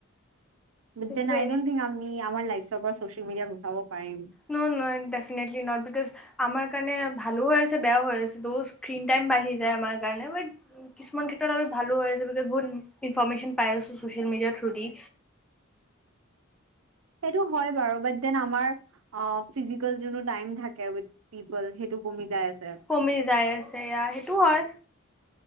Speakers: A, on the right; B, in the centre.
A: মেটেন
B: সেইটোৱে
A: আই ডন থিংক আমি আমাৰ লাইফ চবৰ ছ'চিয়েল মিডিয়া গুচাব পাৰিম।
B: ন ন ডেফিনেটলি নট বিকজ আমাৰ কাৰণে ভালো হৈ আছে বেয়া হৈ আছে ত স্ক্ৰীিন টাইম বাঢ়ি যায় আমাৰ কাৰণে বত কিছুমান ক্ষেত্ৰত আমি ভালো হৈ আছে বিকজ বহুত ইনফৰমেশচন পাই আছো ছ'চিয়েল মিডিয়া থ্ৰু দি
A: সেইটো হয় বাৰু বাদ দেন আমাৰ অ ফিজিকেল যিটো টাইম থাকে উই পিপল সেইটো কমি যায় আছে
B: কমি যাই আছে ইয়া সেইটো হয়